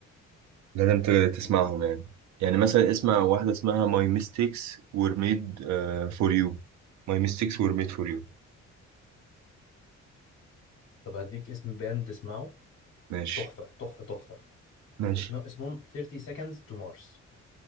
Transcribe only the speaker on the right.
لازم ت- تسمعهم
يعني يعني مثلا اسمع واحده اسمها ماي ميستيكس وير ميد فور يو ماي ميستيكس وير ميد فور يو
ماشي
ماشي